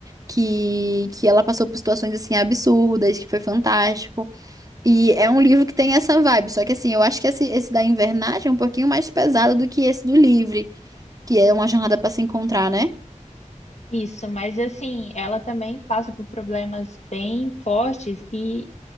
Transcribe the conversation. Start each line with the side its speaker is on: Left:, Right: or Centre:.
Right: que que ela passou por situações assim absurdas, que foi fantástico. E é um livro que tem essa vibe, só que assim, eu acho que esse, esse da invernagem é um pouquinho mais pesado do que esse do livre, que é uma jornada para se encontrar, né?
Left: Isso, mas assim, ela também passa por problemas bem fortes e